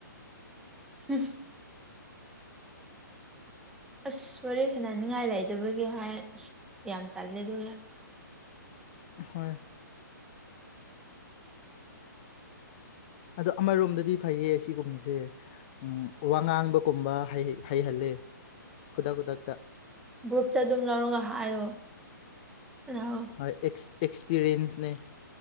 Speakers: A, in the centre; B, on the left.
A: ꯍꯝ ꯑꯁ ꯁꯣꯔꯦ ꯁꯅꯥꯅꯤꯡꯉꯥꯏ ꯂꯩꯗꯕꯒꯤ ꯍꯥꯏ ꯑꯁ ꯌꯥꯝ ꯇꯥꯜꯂꯦ ꯑꯗꯨꯒꯒꯤ
B: ꯍꯣꯏ ꯑꯗꯣ ꯑꯃꯔꯣꯝꯗꯗꯤ ꯐꯩꯌꯦ ꯑꯁꯤꯒꯨꯝꯕꯁꯦ ꯎ ꯋꯥꯉꯥꯡꯕꯒꯨꯝꯕ ꯍꯩꯍꯜꯂꯦ ꯈꯨꯗꯥ ꯈꯨꯗꯥꯇ
A: ꯒ꯭ꯔꯨꯞꯇ ꯑꯗꯨꯝ ꯂꯧꯔꯒ ꯍꯥꯏꯌꯣ ꯁꯥꯟꯅꯧ
B: ꯍꯣꯏ ꯑꯦꯛꯁꯄꯤꯔꯤꯌꯦꯟꯁꯅꯦ